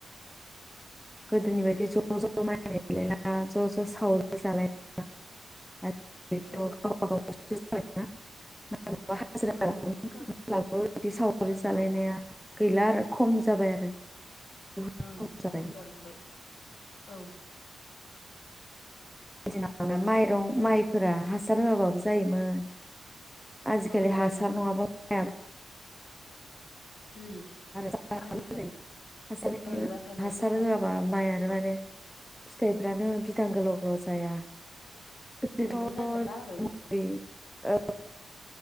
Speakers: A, in the centre; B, on the left (about 60°).
A: गोदोनि बायदि ज ज माइ गयलायला ज ज सावरि जालायला आरो
B: औ
A: <unintelligible> <unintelligible> <unintelligible>
B: औ माने गाव
A: सावगारि
B: ओं
A: जालायनाया
B: गाव गावबाव
A: गैला आरो खम जाबाय आरो बुहुद
B: ओं
A: जाबाय
B: खम जालांबाय औ
A: <unintelligible> माइरं माइफोरा हासार होआबाबो जायोमोन। आजिखालि
B: औ जायोमोन
A: हासार नङाबा <unintelligible>
B: उम
A: आरो
B: आजिखालि
A: जायो हासार
B: ओ रासायनारि हासार
A: होआबा माइआनो
B: फोरखौ
A: माने फिथाइफ्रानो बिदां गोलाव गोलाव जाया। गोदोथ'
B: मोननो नागेरला आरो
A: जेरै औ